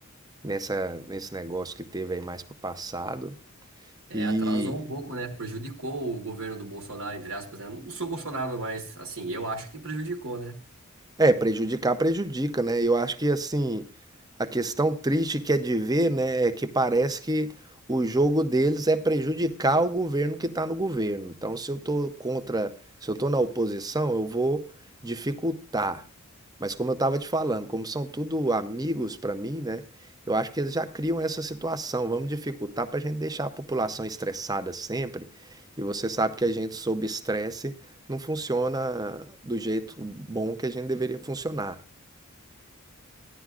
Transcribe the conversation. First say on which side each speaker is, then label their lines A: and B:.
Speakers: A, on the right; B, on the right.
A: Nessa, nesse negócio que teve aí mais pro passado.
B: É,
A: e
B: atrasou um pouco, né? Prejudicou o governo do Bolsonaro, entre aspas, né? Não sou Bolsonaro, mas assim, eu acho que prejudicou, né?
A: É, prejudicar prejudica, né? Eu acho que assim, a questão triste que é de ver, né, é que parece que o jogo deles é prejudicar o governo que está no governo. Então, se eu tô contra, se eu tô na oposição, eu vou dificultar. Mas como eu estava te falando, como são tudo amigos para mim, né? Eu acho que eles já criam essa situação. Vamos dificultar para a gente deixar a população estressada sempre. E você sabe que a gente sob estresse não funciona do jeito bom que a gente deveria funcionar.